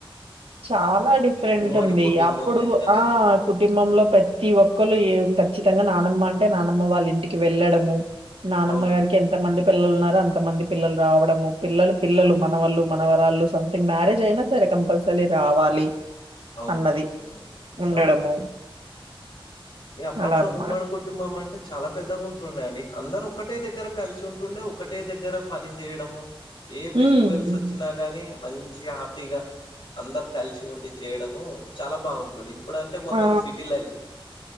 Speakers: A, on the right; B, on the left.
A: చాలా డిఫరెంట్
B: ఉమ్మడి
A: ఉంది
B: కుటుంబం
A: అప్పుడు
B: లెక్కనే
A: ఆ కుటుంబంలో ప్రతి ఒక్కళ్ళూ ఏం ఖచ్చితంగా నానమ్మ అంటే నానమ్మ వాళ్ళ ఇంటికి వెళ్ళడము నానమ్మగారికి
B: అవునండి
A: ఎంతమంది పిల్లలు ఉన్నారో అంతమంది పిల్లలు రావడము పిల్లలు పిల్లలు
B: అవ్
A: మనవళ్ళు మనవరాళ్ళు సంథింగ్ మ్యారేజ్ అయినా సరే కంపల్సలీ రావాలి
B: అవునండి
A: అన్నది
B: హ్మ్.
A: ఉండడము
B: అవును అప్పట్లో
A: అలా అన్నమాట.
B: ఉమ్మడి కుటుంభమం టే చాలా పెద్దగా ఉంటుండే అండి అందరూ ఒకటే దగ్గర కలిసి ఉంటుండే ఒకటే దగ్గర పని చేయడము ఏ ఫెస్టివల్స్
A: హ్మ్.
B: వచ్చినా గానీ మంచిగా హ్యాపీగా అందరు కలిసి ఉండి చేయడము చాలా బావుంటుండి ఇప్పుడంటే మొత్తం
A: ఆ!
B: సిటీ లైఫ్